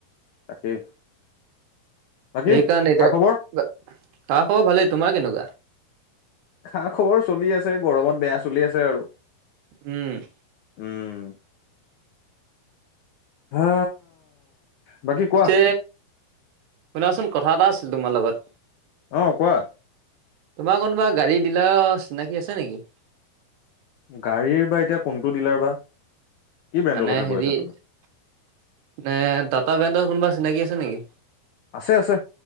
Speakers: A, on the left; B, on the right.
A: তাকেই। বাকী
B: সেইকাৰণে এতিয়া,
A: খা খবৰ
B: তাৰ খবৰ ভালেই তোমাৰ কেনেকুৱা?
A: খা খবৰ চলি আছে গৰমত বেয়া চলি আছে আৰু।
B: উম।
A: উম। হা বাকী
B: পিছে
A: কোৱা
B: শুনাচোন কথা এটা আছিল তোমাৰ লগত।
A: অঁ, কোৱা।
B: তোমাৰ কোনোবা গাড়ী ডিলাৰ চিনাকি আছে নেকি?
A: গাড়ীৰ বা এতিয়া কোনটো ডিলাৰ বা। কি ব্ৰেণ্ডৰ
B: মানে
A: কথা
B: হেৰি
A: কৈ আছা
B: এই
A: তুমি?
B: টাটা ব্ৰেণ্ডৰ কোনোবা চিনাকি আছে নেকি?
A: আছে আছে,